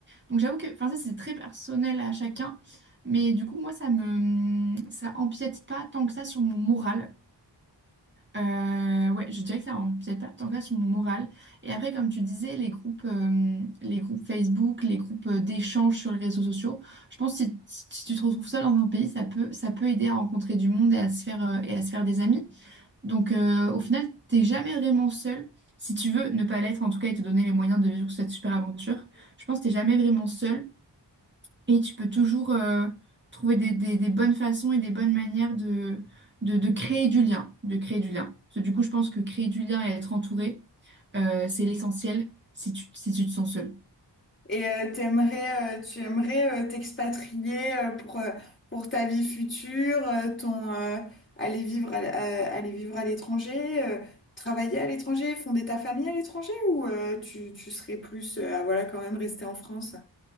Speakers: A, on the right; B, on the left.
A: Donc j'avoue que enfin ça c'est très personnel à chacun, mais du coup moi ça me ça empiète pas tant que ça sur mon moral. Euh, ouais, je dirais que ça empiète pas tant que ça sur mon moral. Et après comme tu disais les groupes euh, les groupes Facebook, les groupes euh, d'échange sur les réseaux sociaux, je pense que si, si si tu te retrouves seul dans un pays, ça peut ça peut aider à rencontrer du monde et à se faire euh, et à se faire des amis. Donc euh, au final, t'es jamais vraiment seul. Si tu veux ne pas l'être en tout cas et te donner les moyens de vivre cette super aventure, je pense que t'es jamais vraiment seul. Et tu peux toujours euh, trouver des, des- des bonnes façons et des bonnes manières de, de, de créer du lien, de créer du lien. Parce que du coup, je pense que créer du lien et être entouré, euh, c'est l'essentiel si tu, si tu te sens seul.
B: et euh, t'aimerais euh, tu aimerais euh, t'expatrier euh, pour euh, pour ta vie future euh, ton euh, aller vivre à, l- à- aller vivre à l'étranger euh, travailler à l'étranger fonder ta famille à l'étranger ou euh, tu tu serais plus euh, à, voilà quand même rester en France